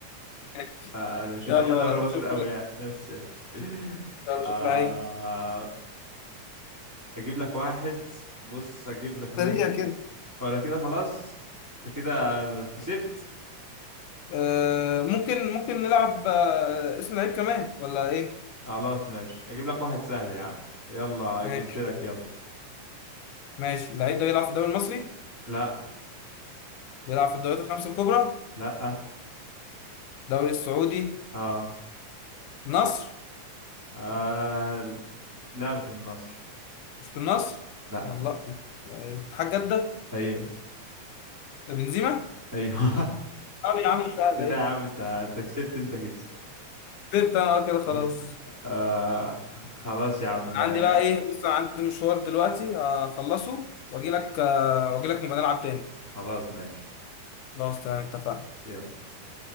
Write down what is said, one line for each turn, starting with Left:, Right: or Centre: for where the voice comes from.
Left: <laughs>
Centre: آه، انا مش متابع
Left: يلا
Centre: دوري مصر
Left: شوف
Centre: قوي يعني بس ماشي
Left: يلا
Centre: آه،
Left: شوف لعيب
Centre: اجيب لك واحد بص اجيب لك مين
Left: سريع كده
Centre: ولا كده خلاص انت كده كسبت
Left: آه، ممكن ممكن نلعب آه، اسم لعيب كمان ولا ايه
Centre: خلاص ماشي اجيب لك واحد سهل يا عم يلا
Left: ماشي
Centre: جبت لك يلا
Left: ماشي اللعيب ده بيلعب في الدوري المصري
Centre: لا
Left: بيلعب في الدوريات الخمسة الكبرى
Centre: لا
Left: الدوري السعودي
Centre: اه,
Left: النصر
Centre: آه. لا مش من النصر
Left: مش في النصر
Centre: لا
Left: والله آه، اتحاد جدة
Centre: ايوه
Left: بنزيما
Centre: ايوه
Left: اه يا عم
Centre: <laughs>
Left: سهلة
Centre: كده
Left: ايه
Centre: يا عم انت انت كسبت انت كده
Left: كسبت انا آه كده
Centre: <laughs>
Left: خلاص
Centre: آه خلاص يا عم
Left: انا
Centre: آه،
Left: عندي بقى ايه بص أنا عندي مشوار دلوقتي اخلصه واجي لك واجي لك نبقى نلعب تاني
Centre: خلاص ماشي
Left: خلاص تمام اتفقنا
Centre: يلا